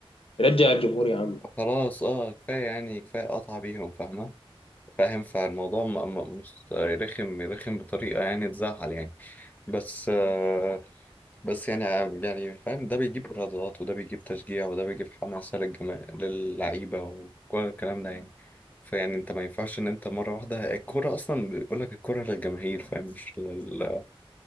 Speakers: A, on the left; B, on the left.
A: رجع الجمهور يا عم
B: خلاص اه كفاية يعني كفاية قطع بيهم فاهمة فاهم فالموضوع م- م- مش رخم رخم بطريقة يعني تزعل يعني بس آه بس يعني يعني فاهم ده بيجيب إيرادات وده بيجيب تشجيع وده بيجيب حماسة للجما للعيبة وكل الكلام ده يعني فيعني انت ما ينفعش ان انت مرة واحدة الكورة اصلا بيقول لك الكورة للجماهير فاهم مش لل